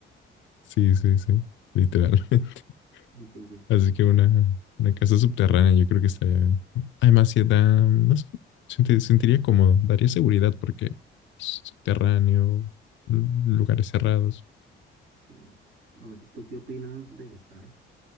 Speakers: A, on the left; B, on the right.
A: Sí, sí, sí, literal. <laughs>
B: Entonces, próximo.
A: Así que una, una casa subterránea yo creo que estaría bien. Además, si da, no sé, senti- sentiría cómodo, daría seguridad porque subterráneo, lu- lugares cerrados.
B: Sí, bueno. A ver, ¿tú qué opinas de esta, eh?